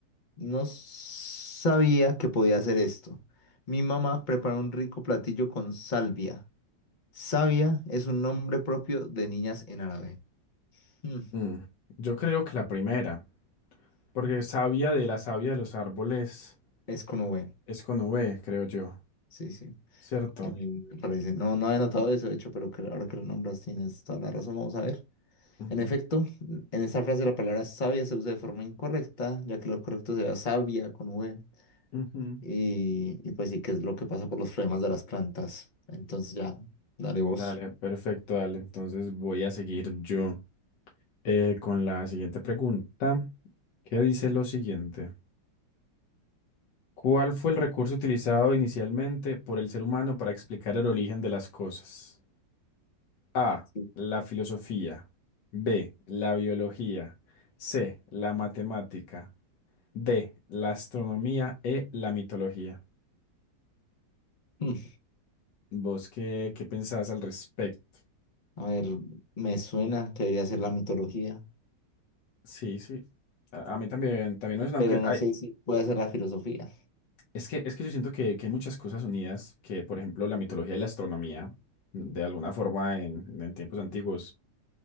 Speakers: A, on the left; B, on the left.
A: No sabía que podía hacer esto. Mi mamá prepara un rico platillo con salvia. Savia es un nombre propio de niñas en árabe. Mm,
B: Mm, Yo creo que la primera, porque savia de la savia de los árboles
A: es con V.
B: es con V, creo yo,
A: Sí, sí.
B: ¿cierto?
A: Eh, Me parece. No, no había notado eso, de hecho, pero que ahora que lo nombras tienes toda la razón. Vamos a ver.
B: Ujú,
A: En efecto, en esta frase la palabra sabia se usa de forma incorrecta, ya que lo correcto sería sabia con V.
B: ujú.
A: Y, y pues sí, que es lo que pasa por los problemas de las plantas. Entonces ya daré voz.
B: Dale, perfecto, dale. Entonces voy a seguir yo eh, con la siguiente pregunta, que dice lo siguiente. ¿Cuál fue el recurso utilizado inicialmente por el ser humano para explicar el origen de las cosas? A,
A: Sí.
B: la filosofía. B, la biología. C, la matemática. D, la astronomía. E, la mitología.
A: Mm,
B: ¿Vos qué, qué pensás al respecto?
A: A ver, me suena que debería ser la mitología,
B: Sí, sí. A, a mí también, también me suena,
A: pero
B: aunque
A: no
B: hay,
A: sé si puede ser la filosofía.
B: Es que, es que yo siento que, que hay muchas cosas unidas, que por ejemplo la mitología y la astronomía, de alguna forma en, en tiempos antiguos,